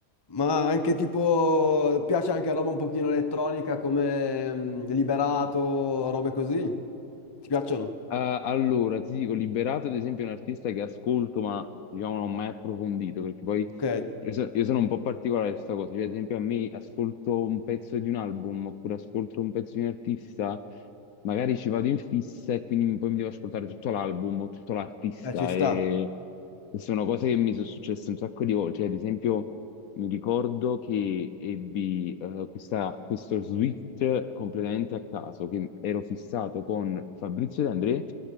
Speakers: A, on the left; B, on the left.
A: ma anche tipo, piace anche roba un pochino elettronica come mm, Liberato, robe così? Ti piacciono?
B: Eh, allora, ti dico, Liberato ad esempio è un artista che ascolto, ma diciamo non ho mai approfondito, perché poi
A: Ok, eh,
B: io, so- io sono un po' particolare su questa cosa, cioè ad esempio a me ascolto un pezzo di un album oppure ascolto un pezzo di un artista, magari ci vado in fissa e quindi poi mi devo ascoltare tutto l'album o tutto l'artista
A: ci sta.
B: e e sono cose che mi sono successe un sacco di volte, cioè ad esempio... Mi ricordo che ebbi eh, questa- questo switch completamente a caso, che ero fissato con Fabrizio De André